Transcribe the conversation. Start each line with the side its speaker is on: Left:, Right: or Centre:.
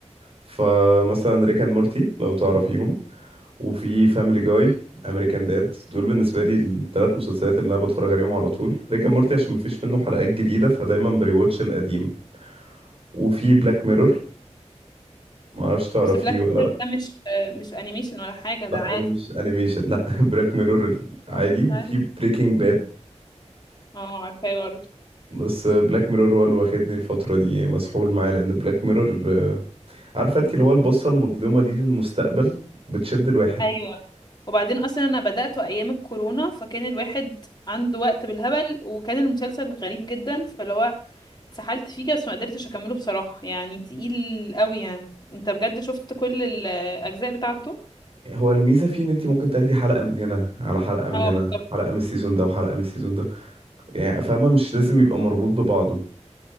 Right: فمثلا ريك أند مورتي لو تعرفيهم وفي فاميلي جاي أمريكان داد دول بالنسبة لي الثلاث مسلسلات اللي أنا بتفرج عليهم على طول ريك أند مورتي عشان مفيش منه حلقات جديدة فدايما بريواتش القديم وفي بلاك ميرور معرفش تعرفيه
Left: بس بلاك بيرر
Right: ولا
Left: ده مش مش انيميشن ولا حاجة
Right: لا
Left: ده عادي
Right: هو مش انيميشن لا <laughs> بلاك ميرور عادي وفي
Left: أيوة.
Right: بريكنج باد
Left: اه عارفاه برضه
Right: بس بلاك ميرور هو اللي واخدني الفترة دي يعني مسحول معاه لأن بلاك ميرور عارفة انت اللي هو البصة المظلمة دي للمستقبل بتشد الواحد
Left: ايوه وبعدين اصلا انا بدأته ايام الكورونا فكان الواحد عنده وقت بالهبل وكان المسلسل غريب جدا فاللي هو اتسحلت فيه كده، بس ما قدرتش اكمله بصراحة يعني تقيل قوي يعني انت بجد شفت كل الاجزاء بتاعته
Right: هو الميزة فيه ان انت ممكن تاخدي حلقة من هنا على حلقة من
Left: اه
Right: هنا
Left: بالظبط
Right: حلقة من السيزون ده وحلقة من السيزون ده يعني فاهمة مش لازم يبقى مربوط ببعضه